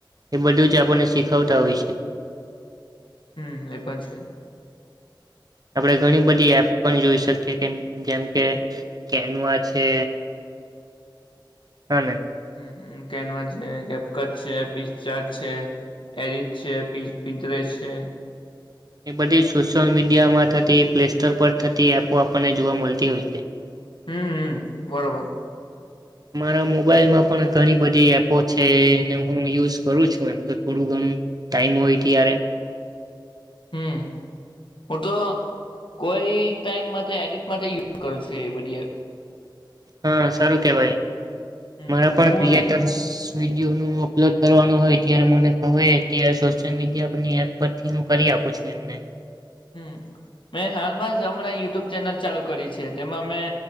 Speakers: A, on the right (about 50°); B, on the left (about 75°).
A: એ બધું જ આપણને શીખવતા હોય છે.
B: હમ એ પણ છે.
A: આપણે ઘણી બધી એપ પણ જોઈ શકીએ કે જેમ કે કેનવા છે. હા.
B: હ કેનવા છે કેપક છે પીસ ચાર છે એરસ છે પીસ પિંત્રીસ છે.
A: એ બધી સોશલ મીડિયામાં થતી પ્લે સોર પર થતી એપો આપણને જોવા મળતી હોય છે.
B: હમ હમ બરોબર.
A: મારા મોબાઈલમાં પણ ઘણી બધી એપો છે હું યુઝ કરું છું એમ તો થોડું ઘણું ટાઈમ હોય ત્યારે.
B: હમ હું તો કોઈ ટાઈમ માટે એડિટ માટે યુઝ કરું છું એ બધી એપ.
A: હા સારું કેવાય
B: હમ
A: મારા પણ
B: હું
A: ક્રિએટર
B: એ
A: વિડીયો ન અપલોડ કરવાનું હોય ત્યારે મને ક ત સોશિયલ મીડિયાની એપ પરથી હું કરી આપું છું એમને.
B: હમ, મેં હાલમાં જ હમણાં યુટ્યુબ ચેનલ ચાલુ કરી છે તેમાં મેં